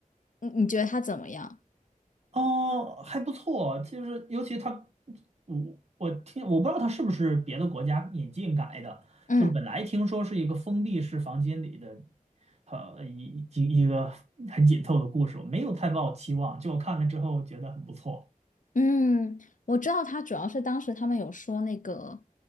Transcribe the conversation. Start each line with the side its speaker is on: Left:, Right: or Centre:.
Left: 你你觉得它怎么样？
Right: 哦，还不错，就是尤其他，我我听我不知道他是不是别的国家引进改的，
Left: 嗯。
Right: 就是本来听说是一个封闭式房间里的，呃，一一一个很紧凑的故事，我没有太抱期望，就我看了之后觉得很不错。
Left: 嗯，我知道他主要是当时他们有说那个，